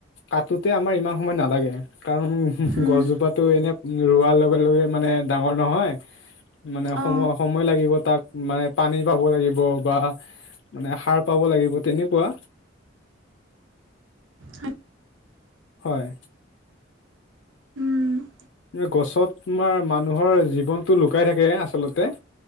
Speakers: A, on the left; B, on the right.
A: কাটোতে আমাৰ ইমান সময় নালাগে কাৰণ
B: উম
A: গছজোপাত তটো এনে ৰোৱাৰ লগে লগে মানে ডাঙৰ নহয় মানে সময়
B: অ
A: সময় লাগিব তাক মানে পানী পাব লাগিব বা মানে সাৰ পাব লাগিব তেনেকুৱা
B: হয়
A: হয়
B: উম
A: গছত তোমাৰ মানুহৰ জীৱনতটো লুকাই থাকে আচলতে